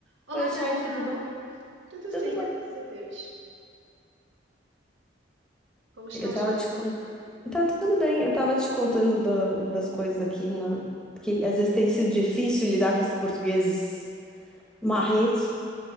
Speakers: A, on the right (about 85°); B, in the centre.
A: Olá,
B: Oi,
A: Karina.
B: Chay, tudo bom?
A: Tudo
B: Tudo
A: sim,
B: bom.
A: graças a Deus. Como estão
B: Eu tava
A: as coisas
B: te contando.
A: por aí, menina?
B: Tá tudo bem, eu tava te contando do- das coisas aqui, na... que às vezes tem sido difícil lidar com esses portugueses marrentos.